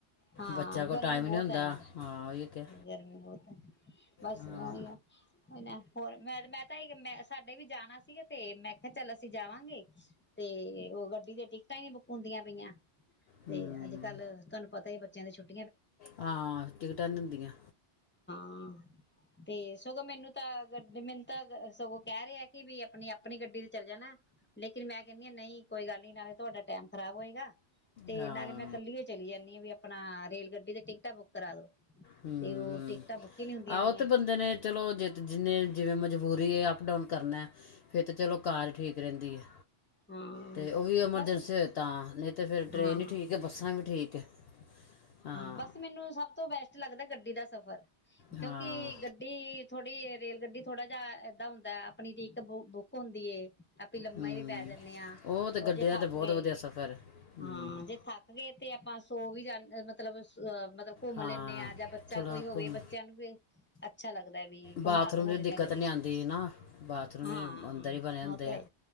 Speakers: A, on the left; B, on the left.
A: ਹਾਂ
B: ਬੱਚਿਆਂ ਕੋਲ
A: ਗਰਮੀ
B: ਟਾਈਮ
A: ਬਹੁਤ
B: ਨਹੀਂ ਹੁੰਦਾ
A: ਹੈ ਨਾ,
B: ਹਾਂ ਉਹੀ ਤਾਂ
A: ਗਰਮੀ ਬਹੁਤ ਹੈ ਬਸ
B: ਹਾਂ
A: ਉਹੀ ਆ। ਹੋਰ ਮੈਂ ਮੈਂ ਤਾਂ ਮੈਂ ਸਾਡੇ ਵੀ ਜਾਣਾ ਸੀਗਾ ਤੇ ਮੈਂ ਕਿਹਾ ਚੱਲ ਅਸੀਂ ਜਾਵਾਂਗੇ ਤੇ ਉਹ ਗੱਡੀ ਦੀ ਟਿਕਟਾਂ ਹੀ ਨੀ ਬੁੱਕ ਹੁੰਦੀਆਂ ਪਈਆਂ। ਤੇ
B: ਹੂੰ
A: ਅੱਜ ਕੱਲ ਤੁਹਾਨੂੰ ਬੱਚਿਆਂ ਛੁਟੀ
B: ਹਾਂ ਟਿਕਟਾਂ ਨੀ ਹੁੰਦੀਆਂ।
A: ਹਾਂ ਤੇ ਸਗੋਂ ਮੈਨੂੰ ਤਾਂ ਗ ਮੈਨੂੰ ਤਾਂ ਸਗੋਂ ਕਹਿ ਰਹੇ ਆ ਕਿ ਵੀ ਆਪਣੀ ਆਪਣੀ ਗੱਡੀ ਤੇ ਚੱਲ ਜਾਣਾ ਲੇਕਿਨ ਮੈਂ ਕਹਿਣੀ ਹ ਨਹੀਂ ਕੋਈ ਗੱਲ ਨੀ ਨਾਲੇ ਤੁਹਾਡਾ ਟੈਮ ਖ਼ਰਾਬ ਹੋਏਗਾ। ਤੇ
B: ਹਾਂ
A: ਨਾਲੇ ਮੈਂ ਕੱਲੀ ਓ ਚਲੀ ਜਾਂ ਆਪਣਾ ਰੇਲ ਗੱਡੀ ਦੀਆਂ ਟਿਕਟਾਂ ਬੁੱਕ ਕਰਾ ਦੋ।
B: ਹੁੰ
A: ਤੇ ਉਹ ਟਿਕਟਾਂ ਬੁੱਕ ਹੀ ਨੀ ਹੁੰਦੀਆਂ
B: ਹਾਂ
A: ਪਈਆਂ
B: ਓ ਤੇ ਬੰਦੇ ਨੇ ਚਲੋ ਜ ਜਿੰਨੇ ਜਿਵੇਂ ਮਜਬੂ ਬੂਰੀ ਹੈ ਅਪ ਡਾਊਨ ਕਰਨਾ ਫਿਰ ਤਾਂ ਚਲੋ ਕਾਰ ਠੀਕ ਰਹਿੰਦੀ ਹੈ।
A: ਹਾਂ
B: ਤੇ ਉਹ ਵੀ ਅਮਰਜੈਂਸੀ
A: ਬਸ
B: ਹੋਏ ਤਾਂ, ਨਹੀਂ ਤਾਂ ਫਿਰ ਟ੍ਰੇਨ
A: ਹਾਂ
B: ਵੀ ਠੀਕ ਹੈ, ਬੱਸਾਂ ਵੀ ਠੀਕ ਹੈ ਹਾਂ।
A: ਬਸ ਮੈਨੂੰ ਸਭ ਤੋਂ ਬੈਸਟ ਲੱਗਦਾ ਗੱਡੀ ਦਾ ਸਫ਼ਰ। ਕਿਉਂਕਿ
B: ਹਾਂ
A: ਗੱਡੀ ਥੋੜ੍ਹੀ ਏ ਰੇਲ ਗੱਡੀ ਥੋੜਾ ਜਾ ਏਦਾਂ ਹੁੰਦਾ ਹੈ ਆਪਣੀ ਟੀਕ ਬੁੱਕ ਹੁੰਦੀ ਏ। ਆਪ ਲ
B: ਹੂੰ
A: ਮਾਈ। ਬਹਿ ਜਾਂਦੇ ਹਾਂ
B: ਉਹ ਤੇ ਗੱਡੀ
A: ਰ ਜੇ ਥੱਕ
B: ਦਾ ਤੇ ਬਹੁਤ
A: ਗਏ,
B: ਵਧੀਆ ਸਫ਼ਰ ਹੈ। ਹੂੰ
A: ਹਾਂ ਜੇ ਥੱਕ ਗਏ ਤੇ ਆਪਾਂ ਸੋ ਵੀ ਜਾ <unintelligible> ਘੁੰਮ
B: ਹਾਂ
A: ਲੇਂਨੇ ਆ, ਜਾਂ ਬੱਚਾ
B: ਥੋੜਾ
A: ਕੋਈ ਹੋਵੇ
B: ਘੁੰਮ
A: ਬੱਚੇਆਂ ਨੂੰ ਵੀ ਅੱਛਾ ਲਗਦੈ, ਵੀ ਘੁਮਾ-
B: ਬਾਥਰੂਮ
A: ਘੁਮੂ
B: ਦੀ
A: ਲਿਂਨੇ
B: ਦਿੱਕਤ
A: ਆ ਗੱਡੀ
B: ਨਹੀਂ
A: ਚ
B: ਆਉਂਦੀ ਨਾ ਬਾਥਰੂਮ
A: ਹਾਂ
B: ਵੀ ਅੰਦਰ ਹੀ ਬਣੇ ਹੁੰਦੇ
A: ਓ ਤੇ ਹੈ
B: ਆ